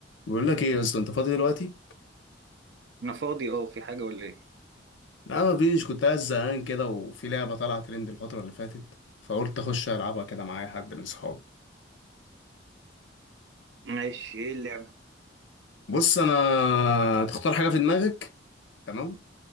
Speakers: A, on the left; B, on the right.
A: بقول لك ايه يا اسطى انت فاضي دلوقتي
B: انا فاضي اه في حاجة ولا ايه
A: لا ما فيش كنت قاعد زهقان كده وفي لعبه طالعه ترند الفتره اللي فاتت فقلت اخش العبها كده معايا حد من صحابي
B: ماشي ايه اللعبة
A: بص انا تختار حاجه في دماغك تمام